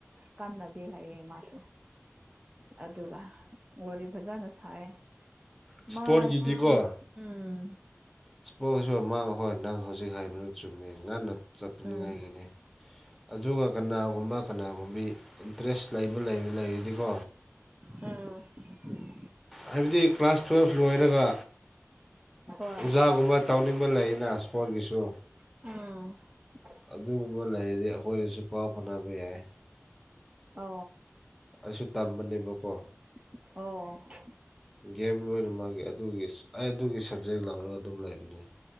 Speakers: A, on the right (about 25°); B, in the centre.
A: ꯀꯥꯟꯅꯗꯦ ꯍꯥꯏꯌꯦ ꯃꯥꯁꯨ ꯑꯗꯨꯒ ꯋꯥꯔꯤ ꯐꯖꯅ ꯁꯥꯏꯌꯦ
B: ꯏꯁꯄꯣꯔꯠꯀꯤꯗꯤꯀꯣ
A: ꯃꯥ ꯁꯤꯗꯤ ꯎꯝ
B: ꯏꯁꯄꯣꯔꯠꯁꯨ ꯃꯥꯡ ꯍꯣꯏ ꯅꯪ ꯍꯧꯖꯤꯛ ꯍꯥꯏꯕꯗꯣ ꯆꯨꯝꯃꯤ ꯉꯟꯅ ꯆꯠꯄꯅꯤꯉꯥꯏꯒꯤꯅꯤ
A: ꯎꯝ
B: ꯑꯗꯨꯒ ꯀꯅꯥꯒꯨꯝꯕ ꯀꯅꯥꯒꯨꯝꯕꯤ ꯏꯟꯇ꯭ꯔꯦꯁꯇ ꯂꯩꯕ ꯂꯩꯔ ꯂꯩꯔꯗꯤꯀꯣ
A: ꯎꯝ
B: ꯍꯥꯏꯕꯗꯤ ꯀ꯭ꯂꯥꯁ ꯇꯨꯌꯦꯜꯐ ꯂꯣꯏꯔꯒ
A: ꯍꯣꯏ
B: ꯑꯣꯖꯥꯒꯨꯝꯕ ꯇꯧꯅꯤꯡꯕ ꯂꯩꯌꯦꯅ ꯏꯁꯄꯣꯔꯠꯒꯤꯁꯨ
A: ꯑꯥ
B: ꯑꯗꯨꯒꯨꯝꯕ ꯂꯩꯔꯗꯤ ꯑꯩꯈꯣꯏꯗꯁꯨ ꯄꯥꯎ ꯐꯥꯎꯅꯕ ꯌꯥꯏ
A: ꯑ
B: ꯑꯩꯁꯨ ꯇꯝꯕꯅꯦꯕꯀꯣ
A: ꯑꯣ
B: ꯒꯦꯝ ꯂꯣꯏꯅ ꯃꯥꯒꯤ ꯑꯗꯨꯒꯤ ꯑꯩ ꯑꯗꯨꯒꯤ ꯁꯕꯖꯦꯛ ꯂꯥꯎꯔꯒ ꯑꯗꯨꯝ ꯂꯩꯕꯅꯦ